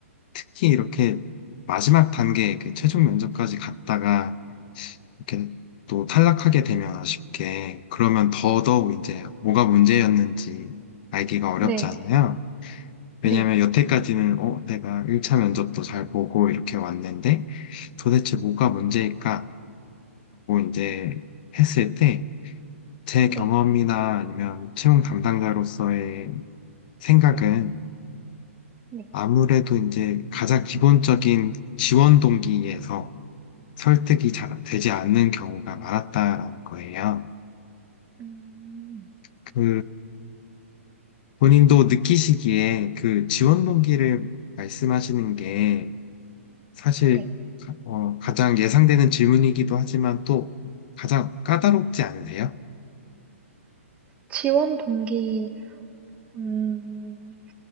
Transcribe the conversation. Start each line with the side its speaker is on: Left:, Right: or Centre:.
Left: 특히 이렇게 마지막 단계 그 최종 면접까지 갔다가 이렇게 또 탈락하게 되면 아쉽게 그러면 더더욱 이제 뭐가 문제였는지 알기가 어렵잖아요.
Right: 네,
Left: 왜냐면
Right: 네,
Left: 여태까지는 어, 내가 1차 면접도 잘 보고 이렇게 왔는데 도대체 뭐가 문제일까라고 이제 했을 때 제
Right: 네,
Left: 경험이나 아니면 채용 담당자로서의 생각은
Right: 네,
Left: 아무래도 이제 가장 기본적인 지원 동기에서 설득이 잘 되지 않는 경우가 많았다라는 거예요.
Right: 음,
Left: 그 본인도 느끼시기에 그 지원 동기를 말씀하시는 게 사실
Right: 네.
Left: 가- 어, 가장 예상되는 질문이기도 하지만 또 가장 까다롭지 않으세요?
Right: 지원 동기, 음,